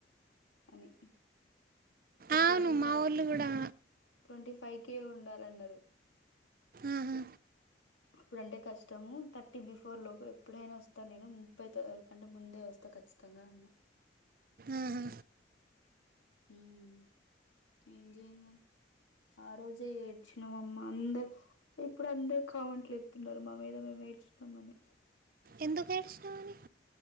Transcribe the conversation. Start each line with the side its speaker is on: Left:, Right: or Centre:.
Left: అని.
Right: అవును
Left: ట్వంటీ ఫైవ్
Right: మా ఊళ్ళు
Left: కి,
Right: కూడా
Left: ట్వంటీ ఫైవ్ కేే ఉండాలన్నారు.
Right: ఆహా,
Left: అప్పుడు అంటే కష్టము, థర్టీ బిఫోర్ లోపు. ఎప్పుడైనా వస్తా నేను, ముప్పై తారిక్ కంటే ముందే వస్తా, ఖచ్చితంగా అన్నా.
Right: ఆహా.
Left: హుమ్మ్ ఏం జేయేను మరి, ఆ రోజే ఏడ్చినావమ్మా అందర్ ఇప్పుడు అందరు కామెంట్లు ఎత్తున్నారు, మా మీద మేము ఏడ్చినాం అని.
Right: ఎందుకు ఏడ్చినవ్ నువ్.